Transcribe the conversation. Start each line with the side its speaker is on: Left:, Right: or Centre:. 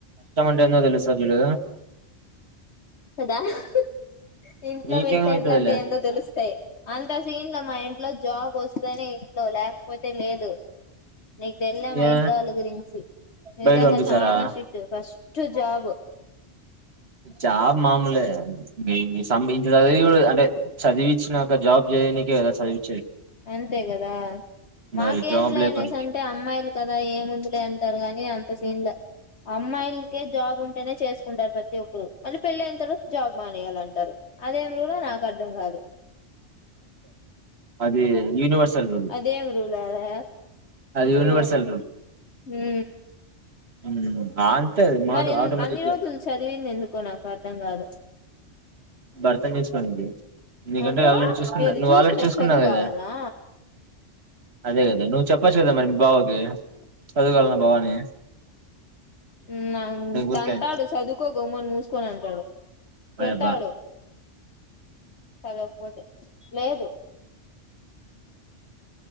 Right: ఏందో తెలుస్తాది చూడు
Left: కదా హ్ హ్ ఇంట్లో
Right: మీకేమైతదిలే
Left: వింటేజ్లంటే ఏందో తెలుస్తాయి అంత సీన్ లో మా ఇంట్లో జాబ్ వస్తానే లో లేకపోతే లేదు నీకు తెల్లే మా
Right: ఏ
Left: ఇంట్లో వాళ్ళ గురించి నిజంగా
Right: బయట పంపిస్తారా
Left: చాలా స్టిట్ ఫస్ట్ జాబ్
Right: చాలా మాములే ఈ సంబిచు ఇ అది అంటే చదివించినాక జాబ్ చేయనికే కదా చదివిన్
Left: అంతే కదా మాకేం
Right: మరి జాబ్
Left: లేనేసి
Right: లేకుండా
Left: అంటే అమ్మాయిలు కదా ఏముంది లే త్తరు గాని అంత సీన్ లే అమ్మాయిలకే జాబ్ ఉంటేనే చేసుకుంటారు పెద్ద ప్రతి ఒక్కరు అంటే పెళ్ళి అయిన తర్వాత జాబ్ మానేయాలంటారు అదే మురిగులో నాకు అర్థం కాదు
Right: ని యూనివర్సల్ రూల్
Left: అదేం రూల్ ఆది
Right: అది యూనివర్సల్
Left: ఉ ఉ
Right: హ్మ్ ఆ టది అ మాటో
Left: మరి ఎన్
Right: ఆటోమేటిక్గా
Left: అన్ని రోజులు చదివింది ఎందుకో నాకు అర్థం కాదు
Right: భర్తని చూసుకోనికే నీకంటే
Left: అబ్బా
Right: ఆల్రెడీ చూసుకున్నాడ్
Left: ఏది
Right: నువ్వు
Left: చూసుకునేకి
Right: ఆల్రెడీ చూసుకున్నావు
Left: చదువు
Right: కదా
Left: కావాలనా
Right: అదే కదా నువ్వు చెప్పోచ్చు కదా మరి బావ్ ఏ చదువలన్న భవానీ
Left: హు అమ్ తంతాడు
Right: ఊరికే
Left: చదువుకో గమ్మున మూసుకొని అంటాడు తిడతాడు
Right: అయబ్బా
Left: చదవకపోతే లేదు